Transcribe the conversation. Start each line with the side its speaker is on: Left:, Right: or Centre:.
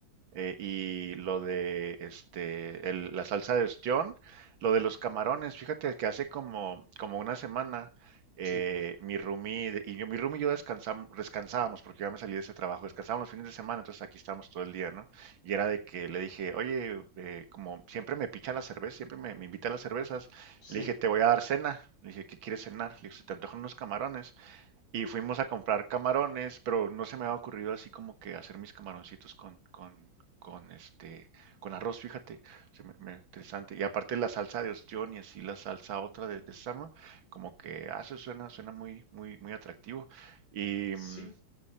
Right: eh, y lo de este, el- la salsa de ostión, lo de los camarones. Fíjate que hace como, como una semana eh,
Left: Sí,
Right: mi roomie de- y yo, mi roomie y yo descansam- descansábamos porque yo ya me salí de ese trabajo, descansábamos los fines de semana, entonces aquí estábamos todo el día, ¿no? Y era de que le dije, oye, eh, como siempre me picha la cerveza, siempre me, me invita a las cervezas,
Left: sí,
Right: le dije, te voy a dar cena. Le dije, ¿qué quieres cenar? Le dije, se te antojan unos camarones. Y fuimos a comprar camarones, pero no se me había ocurrido así como que hacer mis camaroncitos con, con, con este, con arroz, fíjate, se me- me- interesante. Y aparte la salsa de ostión y así la salsa otra de, de sama, como que, ah, eso suena, suena muy, muy, muy atractivo. Y,
Left: sí.
Right: mm,